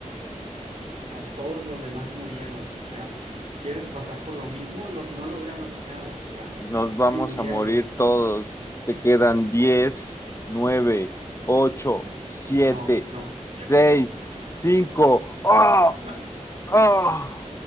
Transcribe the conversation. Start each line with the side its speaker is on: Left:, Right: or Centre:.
Right: O sea, todos los demás murieron. O sea, ¿quieres pasar por lo mismo? Lo- no lograron nada. O sea,
Left: Nos vamos
Right: y murieron.
Left: a morir todos. Te quedan 10, 9, 8, 7,
Right: No,
Left: 6, cinco, ¡Ah!
Right: no.
Left: ¡Ah!